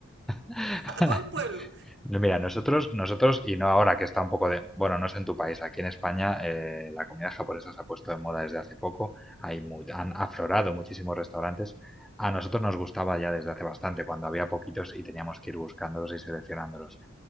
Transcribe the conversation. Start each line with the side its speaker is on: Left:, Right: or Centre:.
Centre: <laughs>
Right: a todo el pueblo.
Centre: No, Mira, nosotros, nosotros, y no ahora que está un poco de, bueno, no sé en tu país, aquí en España eh, la comida japonesa se ha puesto de moda desde hace poco, hay mu- han aflorado muchísimos restaurantes. A nosotros nos gustaba ya desde hace bastante, cuando había poquitos y teníamos que ir buscándolos y seleccionándolos.